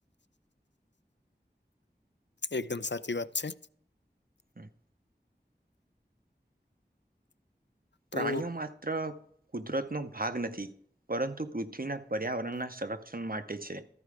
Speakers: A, on the left; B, on the right.
A: એકદમ સાચી વાત છે.
B: હમ.
A: તો
B: પ્રાણીઓ માત્ર કુદરતનો ભાગ નથી. પરંતુ પૃથ્વીના પર્યાવરણના સંરક્ષણ માટે છે.